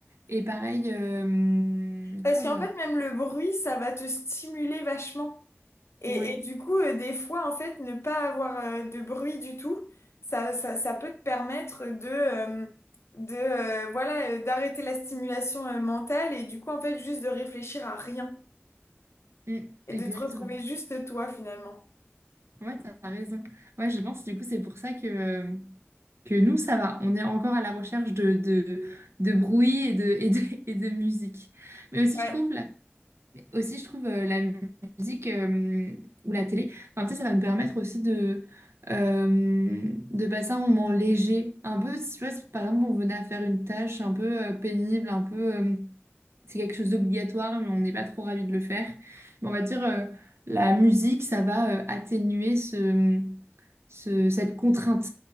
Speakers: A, on the right; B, on the left.
A: Et pareil, euh,
B: Parce
A: je pense
B: qu'en
A: que j'ai
B: fait,
A: un-
B: même le bruit, ça va te stimuler vachement. Et,
A: Ouais,
B: et du coup, euh, des fois, en fait, ne pas avoir euh, de bruit du tout, ça, ça, ça peut te permettre de, euh, de euh, voilà, euh, d'arrêter la stimulation euh, mentale et du coup, en fait, juste de réfléchir à rien.
A: Mm,
B: Et
A: exactement.
B: de te retrouver juste toi finalement.
A: Ouais, t'as t'as raison. Ouais, je pense du coup, c'est pour ça que, euh, que nous, ça va. On est encore à la recherche de, de, de bruit et de, et de, <laughs> et de musique. Mais aussi,
B: Ouais.
A: je trouve, Mais aussi, je trouve euh, la musique euh, ou la télé, enfin, tu sais, ça va me permettre aussi de, euh, de passer un moment léger. Un peu, si tu vois, si par exemple, on venait à faire une tâche un peu euh, pénible, un peu. euh, c'est quelque chose d'obligatoire, mais on n'est pas trop ravi de le faire. Mais on va dire, euh, la musique, ça va euh, atténuer ce, ce- cette contrainte.